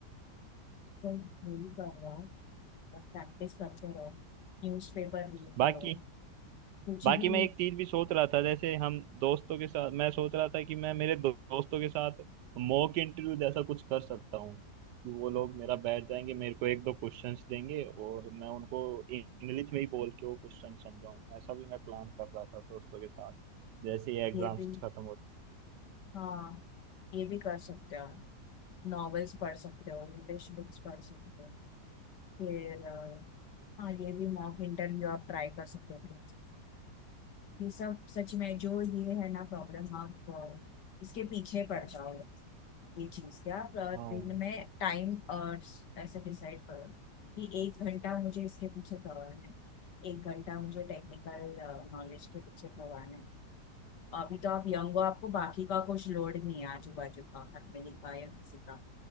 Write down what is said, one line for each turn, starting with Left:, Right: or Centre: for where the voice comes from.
Left: तो यही कर रहा हूँ प्रैक्टिस करते रहो न्यूज़पेपर रीड
Right: बाकी
Left: करो कुछ
Right: बाकी
Left: भी
Right: मैं एक चीज भी सोच रहा था जैसे हम दोस्तों के साथ मैं सोच रहा था कि मैं मेरे दो, दोस्तों के साथ मॉक इंटरव्यू जैसा कुछ कर सकता हूँ कि वो लोग मेरा बैठ जाएंगे मेरे को एक दो क्वेश्चंस देंगे और मैं उनको इंग्लिश में ही बोल के वो क्वेश्चन समझाऊँ ऐसा भी मैं प्लान कर रहा था दोस्तों के साथ जैसे ही एग्जाम्स
Left: ये भी
Right: खत्म होते
Left: हाँ ये भी कर सकते हो नॉवेल्स पढ़ सकते हो इंग्लिश बुक्स पढ़ सकते हो फिर अ, हाँ ये भी मॉक इंटरव्यू आप ट्राई कर सकते हो friends के साथ। ये सब सच में जो ये है ना प्रॉब्लम आप अ, इसके पीछे पड़ जाओ ये चीज क्या आप अ,
Right: हाँ
Left: दिन में टाइम ऐसे डिसाइड करो कि एक घंटा मुझे इसके पीछे करवाना है एक घंटा मुझे टेक्निकल नॉलेज के पीछे करवाना है अभी तो आप यंग हो आपको बाकी का कुछ लोड नहीं है आजू बाजू का फैमिली का या किसी का